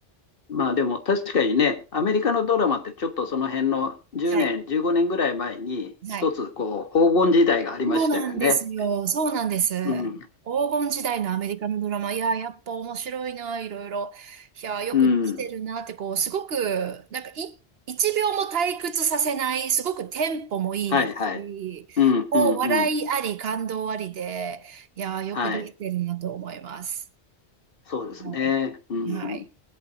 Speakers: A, on the left; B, on the right.
A: まあでも確かにね、アメリカのドラマってちょっとその辺の10年、
B: はい、
A: 15年ぐらい前に一つこう黄金時代がありましたよね。
B: はい。そうなんですよ。そうなんです。
A: うん、
B: 黄金時代のアメリカのドラマ。いやー、やっぱ面白いな、いろいろ。いやー、よくできてるなって、
A: うん。
B: こう、すごく、なんかい、一秒も退屈させない、すごくテンポもいいですし、
A: はいはい。うん、
B: こう、
A: うん、うん。
B: 笑いあり、感動ありで、いやー、よくできてるなと思います。
A: はい。そうですね。
B: はい。
A: うん。
B: はい。